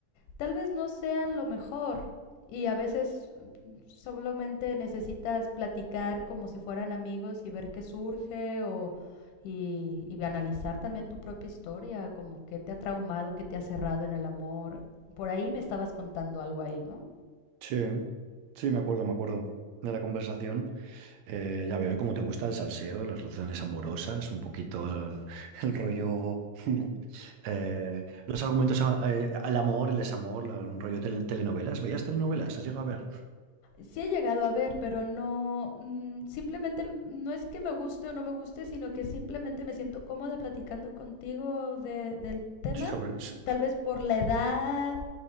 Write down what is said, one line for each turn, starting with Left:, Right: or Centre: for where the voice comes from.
Left: tal vez no sean lo mejor y a veces solamente necesitas platicar como si fueran amigos y ver qué surge o y, y analizar también tu propia historia, como qué te ha traumado, qué te ha cerrado en el amor. Por ahí me estabas contando algo ahí, ¿no?
Right: Sí, sí, me acuerdo, me acuerdo de la conversación. Eh, ya veo cómo te gusta el salseo, las relaciones amorosas, un poquito el, el rollo, <laughs> eh, los argumentos, a- eh, al amor, el desamor, la- un rollo tele- telenovelas. ¿Veías telenovelas? ¿Has llegado a ver?
Left: sí he llegado a ver, pero no, mm, simplemente no es que me guste o no me guste, sino que simplemente me siento cómoda platicando contigo de, del tema,
Right: Sobre, <laughs>
Left: tal vez por la edad,